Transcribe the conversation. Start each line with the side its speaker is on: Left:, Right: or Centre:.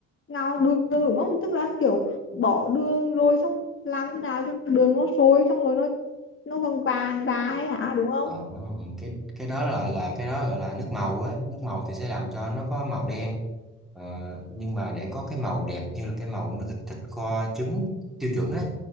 Left: ngào đường đúng không tức là kiểu bỏ đường rồi xong làm thế nào cho đường nó sôi xong rồi nó nó vàng vàng ra ấy hả đúng không
Centre: ờ, cái cái đó lại là cái đó gọi là nước màu á nước màu thì sẽ làm cho nó có màu đen ờ, nhưng mà để có cái màu đẹp như là cái màu nước thịt, thịt kho trứng tiêu chuẩn á